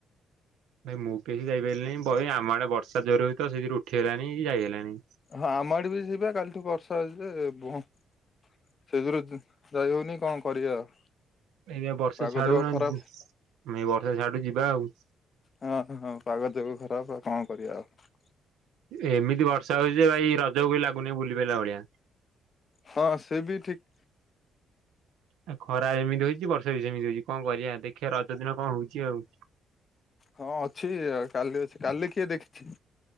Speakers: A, on the right (about 85°); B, on the left (about 40°).
A: ଭାଇ ମୁଁ ବି ଯାଇପାରିଲିନି ବହେ ଆମ ଆଡେ ବର୍ଷା ଜୋର ରେ ହଉଛି ତ ସେଥିରୁ ଉଠି ହେଲାଣି କି ଯାଇ ହେଲାନି।
B: ହଁ ଆମ ଆଡେ ବି ସେଇବା କାଲିଠୁ ବର୍ଷା ହେଉଛିି ଯେ ବ ସେଥିରୁ ଉ ଯାଇ ହଉନି କଣ କରିବି ଆଉ।
A: ଏଇବା ବର୍ଷା
B: ପାଗ
A: ଛାଡୁ
B: ଯାକ
A: ନହେଲେ
B: ଖରାପ।
A: ଯି ନା ଆମେ ବର୍ଷା ଛାଡୁ ଯିବା ଆଉ।
B: ହଁ ହଁ ପାଗ ଦେବ ଖରାପ ଆଉ କଣ କରିବା ଆଉ।
A: ଏମିତି ବର୍ଷା ହଉଛି ଭାଇ ରଜକୁ ବି ଲାଗୁନି ବୁଲି ପାରିଲା ଭଳିଆ।
B: ହଁ ସିଏ ବି ଠିକ୍।
A: ଆଉ ଖରା ଏମିତି ହଉଛି ବର୍ଷା ବି ସେମିତି ହଉଛି କଣ କରିବା ଦେଖିବା ରଜ ଦିନ କଣ ହଉଛି ଆଉ।
B: ହଁ ଅଛି ଅ କାଲି ଅଛି କାଲି କିଏ ଦେଖିଛି।